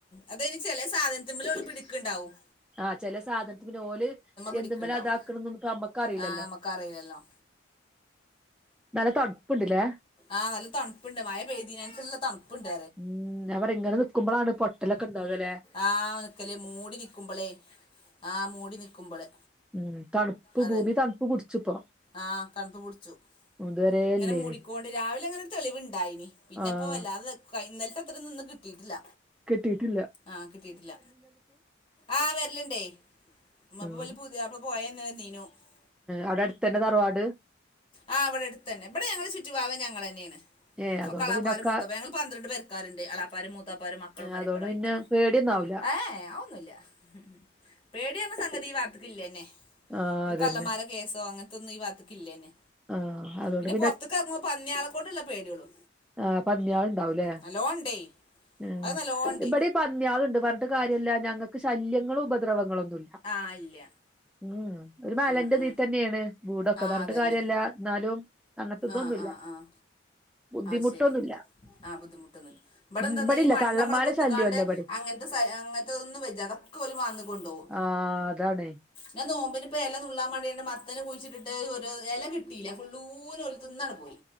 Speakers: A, on the left; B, in the centre.
A: അത് ഒരു ചെല സാധനത്തിമേല്അവള് പിടിക്ക് ണ്ടാവും
B: ആ ചെല സാധനത്തില് ഓല്
A: പിടിക്കുണ്ടാവും
B: എന്തുമെലെ ഇതാക്കണന്ന് ഒന്നും നമ്മക്ക് അറിയില്ലല്ലോ
A: ആ നമുക്കറിയില്ലല്ലോ
B: നല്ല തണുപ്പുണ്ടില്ലേ
A: ആ നല്ല തണുപ്പുണ്ട് മഴ പെയ്തിനനുസരിച്ചുള്ള തണുപ്പുണ്ട്
B: മം വ്ടെ ഇങ്ങനെ നിക്കുമ്പോഴാണ് പൊട്ടലൊക്കെ ഉണ്ടാകുകല്ലേ
A: ആ നിക്കല്ലേ മൂടി നിക്കുമ്പളേ ആ മൂടി നിക്കുമ്പള്
B: ഉം തണുപ്പ്
A: അതെ
B: ഭൂമി തണുപ്പ് പിടിച്ചിപ്പോ
A: ആ തണുപ്പ് പിടിച്ചു
B: ഇതുവരെ
A: ഇങ്ങനെ
B: ഇല്ലേന്
A: മൂടിക്കോണ്ട് രാവിലെ ഇ ങ്ങനെഒരു തെളിവുണ്ടായിനി പിന്നെപ്പൊ
B: ആഹ്
A: വല്ലാതെ ഇന്നലത്തെ അത്ര ഒന്നും ഇന്ന് കിട്ടീ ട്ടില്ല
B: കിട്ടീട്ടില്ല
A: ആ കിട്ടിയിട്ടില്ല ആ വരലുണ്ടേ <unintelligible> നമ്മള്
B: ഉം
A: പോയേന്നന്നീനു <unintelligible>
B: അവിടെ അടുത്തന്നെ തറവാട്
A: ആ ഇവിടെ അടുത്ത് തന്നെ ഇവിടെ ഞങ്ങള് ചുറ്റുഭാഗം ഞങ്ങള് തന്നേ ണ്
B: ഏഹ് അതുകൊണ്ട്
A: എളാപ്പാരും
B: പിന്നെ ഒക്കെ
A: മൂത്തപ്പ ഞങ്ങൾ പന്ത്രണ്ട് പെരക്കാരുണ്ട് എളപ്പാരേം മൂത്താപ്പാരെയും മക്കളും
B: ഏഹ്
A: മരുക്കളും
B: അതുകൊണ്ട്
A: ആയിറ്റ്
B: പിന്നെ പേടിയൊന്നും ആവില്ല
A: ഏ അഒന്നുഇല്ല ഉം പേടിയെന്ന സംഗതിഈ ഭാഗത്ത്ക്ക് ക്കില്ലെന്നെ
B: ആഹ്
A: ഒരു
B: അതന്നെ
A: കള്ളന്മാരെ കേസോ അങ്ങനത്തൊന്നും ഈ ഭാഗത്ത്ക്ക് ഇല്ലേനെ
B: ആഹ് അതുകൊണ്ട്
A: പിന്നെ പൊറത്ത്ക്ക് ഇറങ്ങുമ്പോ പന്നികളെ കൊണ്ടുള്ള പേടിയുള്ളൂ
B: ആ പന്നികൾ ഉണ്ടാവും ഇല്ലേ
A: നല്ലോണം ഉണ്ടേ
B: മം
A: അത് നല്ലോണം ഉണ്ട്
B: ഇവിടെ ഈ പന്നി യാളുണ്ട് പറഞ്ഞിട്ട് കാര്യല്ല ഞങ്ങൾക്ക് ശല്യങ്ങളും ഉപദ്രവങ്ങളൊന്നുമില്ല
A: ആ ഇല്ല
B: ഉം ഒരു മലന്റെ
A: ആ ആ
B: ഇതിതന്നേണ് വിടൊക്കെ
A: ആ
B: പറഞ്ഞിട്ട്
A: അതന്നെ
B: കാ ര്യല്ല എന്നാലും അങ്ങനത്തെ തൊന്നുഇല്ല
A: ആ ആ ആ
B: ബുദ്ധിമുട്ടൊന്നുല്ല
A: അത് ശരി ആ ബുദ്ധിമുട്ടൊന്നുമില്ല ഇവിടെ
B: ഉം
A: എന്താന്നാ
B: ഇബടില്ല
A: ഈ മണ്ണ്
B: കള്ളന്മാരെ
A: മ്മളെ കു ത്തിക്കാണ്ട്
B: ശല്യല്ല ഇബടെ
A: അങ്ങനത്തെ സ അങ്ങനത്തെതൊന്നും വച്ചാ <unintelligible> മാന്തിക്കൊണ്ടോവും
B: ആ അതാണേ
A: ഞാൻ നോമ്പിന് ഇപ്പൊ ഇല നുള്ളാൻ മേണ്ടിയണ്ട് മത്തനെ കുഴിച്ചിട്ടിട്ട് ഒരു ഇല കിട്ടിയില്ല ഫുള്ളൂനെ ഓലു തിന്നങ്ങു പോയി